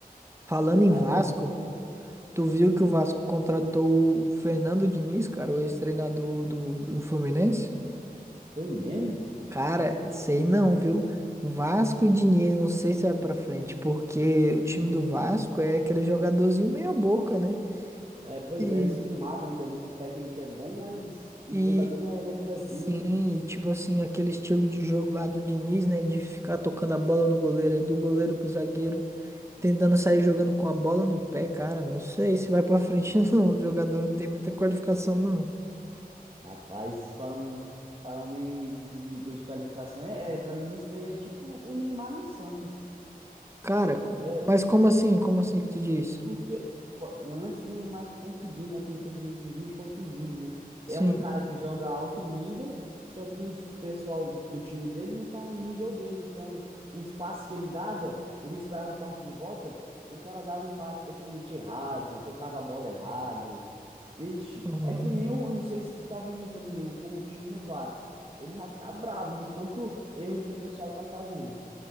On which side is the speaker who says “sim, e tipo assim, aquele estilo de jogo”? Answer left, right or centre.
Right